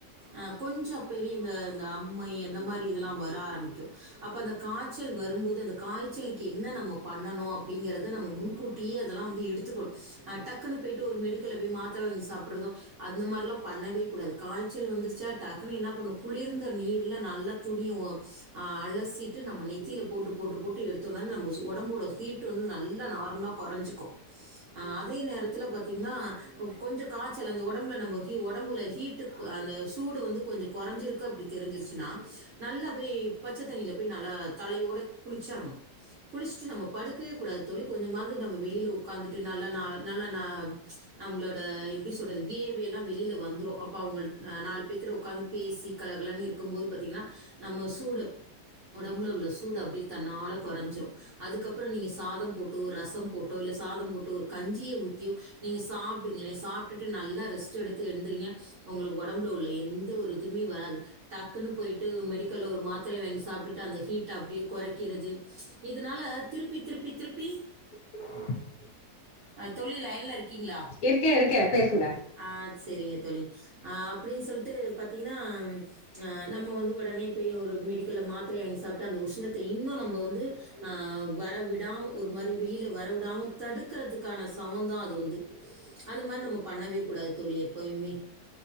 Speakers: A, on the right (about 55°); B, on the left (about 60°).
A: அ கொஞ்ச பெரியங்க இந்த இந்த அம்மை அந்த மாரி இதலா வர ஆரமிக்கூ அப்ப அந்த காச்சல் வரும்போது அந்த காய்ச்சலுக்கு என்ன நம்ம பண்ணனு அப்டிங்கறத நம்ம மூ ன்கூட்டியே அதெல்லா வந்து எடுத்துக்கணு அ டக்குனு போயிட்டு ஒரு மெடிக்கல்ல போய் மாத்ர வாங்கி சாப்ட்றதோ அந்த மாரிலா பண்ணவே கூடாது காய்ச்சல் வந்துருச்சா டக்குனு என்ன பண்ணு குளிர்ந்த நீர்ல நல்லா துணிய ஒ அ அலசிட்டு நம்ம நெத்தியில போட்டு போட்டு போட்டு எடுத்தோனே நம்ம சு ஒடம்போட ஹீட்டு வந்து நல்லா நார்மலா கொறஞ்சிக்கூ ஆ அதே நேரத்துல பாத்தீங்கன்னா ம் கொஞ்சோ காச்சல் அந்த ஒடம்புல நம்ம ஹீ ஒடம்போல ஹீட்டுக் அந்த சூடு வந்து கொஞ்ச கொறஞ்சிருக்கு அப்டி தெரிஞ்சிருச்சுன்னா நல்லா பேய் பச்ச தண்ணியில பேய் நல்லா தலையோட குளிச்சரணு குளிச்சுட்டு நம்ம படுக்கவே கூடாது தொழி கொஞ்சமாது நம்ம வெளில உக்காந்துட்டு நல்லா நா நல்லா நா நம்மளோட எப்டி சொல்றது வேர்வைலா வெளில வந்துரு அப்போ அவங்கள் ந நாலு பேத்துட்ட உக்காந்து பேசி கலகலன்னு இருக்கும்போது பாத்தீங்கன்னா நம்ம சூடு உடம்புல உள்ள சூடு அப்டியே தன்னால கொறஞ்சிரு அதுக்கப்புறோ நீங்க சாதம் போட்டு ரசம் போட்டோ இல்ல சாதம் போட்டோ ஒரு கஞ்சிய ஊத்தியோ நீங்க சாப்டுங்களே சாப்ட்டுட்டு நல்லா ரெஸ்ட் எடுத்து எந்திரிங்க உங்களுக்கு ஒடம்புல உள்ள எந்த ஒரு இதுமே வராது டக்குனு போய்ட்டு மெடிக்கல்ல ஒரு மாத்திரய வாங்கி சாப்ட்டுட்டு அந்த ஹீட்ட அப்டியே கொறக்கிறது இதுனால திருப்பி திருப்பி திருப்பி
B: <inaudible>
A: அ தோழி லைன்ல இருக்கீங்ளா
B: இருக்கே இருக்கே பேசுங்க
A: ஆ செரிங்க தோழி அ அப்டின் சொல்ட்டு பாத்தீங்கன்னா ஆ நம்ம வந்து உடனே போய் ஒரு மெடிக்கல்ல மாத்திரை வாங்கி சாப்ட்டு அந்த உஷ்ணத்த இன்னு நம்ப வந்து அ வரவிடாம் ஒரு மாரி வெளில வர வுடாம தடுக்குறதுக்கான சமோந்தா அது வந்து அந்த மார் நம்ம பண்ணவே கூடாது தோழி எப்பயுமே